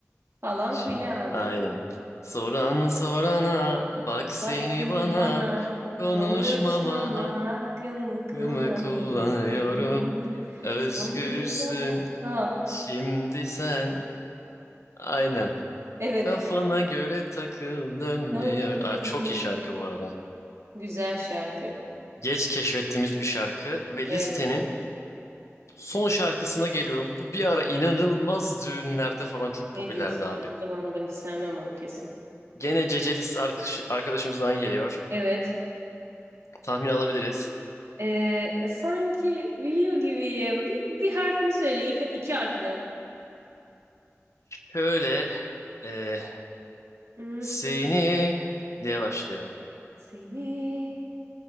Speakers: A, on the right (about 70°); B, on the left (about 75°).
A: falan
B: Şimdi
A: filan.
B: aynen. Soran sorana bak seni
A: Vaktini
B: bana
A: bana
B: konuşmama
A: konuşmama hakkımı kullanıyorum.
B: hakkımı kullanıyorum. Özgürsün
A: Son bir kere. Aa,
B: şimdi sen. Aynen.
A: evet
B: Kafana
A: kanka.
B: göre takıl dönüyor.
A: Dönüyorum.
B: Aa, çok iyi şarkı bu arada.
A: Güzel şarkı.
B: Geç keşfettiğimiz bir şarkı ve
A: Evet.
B: listenin son şarkısına geliyorum. Bu bir ara inanılmaz düğünlerde falan çok
A: Ne
B: popülerdi
A: diyorsun
B: abi.
A: ya? O zaman ama ben hiç sevmem onu kesin.
B: Gene Cece List arkadaş- arkadaşımızdan geliyor.
A: Evet.
B: Tahmin alabiliriz.
A: Ee, sanki biliyor gibiyim. Bir, bir harfini söyle. İki, iki harfini.
B: Şöyle e,
A: Hmm.
B: seni diye başlıyor.
A: Seni